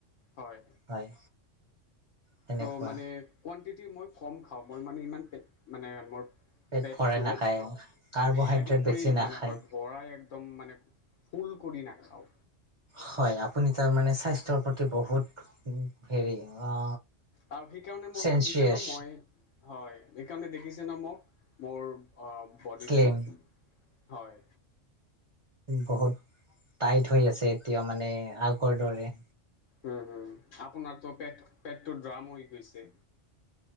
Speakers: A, on the left; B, on the right.
A: হয়
B: হয় সেনেকুৱা
A: ত মানে কোৱানটিটি মই কম খাও মই মানে ইমান পেট মানে মোৰ
B: পেট
A: পেটটো
B: ভৰাই নাখায় কাৰ্বহাইড্ৰেট
A: হেভি কৰি
B: বেছি নাখায়
A: মানে ভৰাই একদম মানে ফুল কৰি নাখাও
B: হয় আপুনি তাৰ মানে স্বাস্থ্যৰ প্ৰতি বহুত হেৰি অ
A: আৰু সেইকাৰণে মোক
B: চেনচিয়াছ
A: দেখিছে ন মই হয় সেইকাৰণে দেখিছে ন মোক মোৰ অ বডিটো
B: শ্লিম
A: হয়
B: বহুত টাইট হৈ আছে এতিয়া মানে আগৰ দৰে
A: উম হুম আপোনাৰতো পেট পেটতো ড্ৰাম হৈ গৈছে